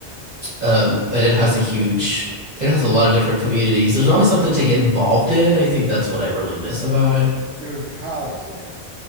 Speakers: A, on the right; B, on the right.
A: Um, but it has a huge, it has a lot of different communities. There's always something to get involved in. I think that's what I really miss about it.
B: There was the college there.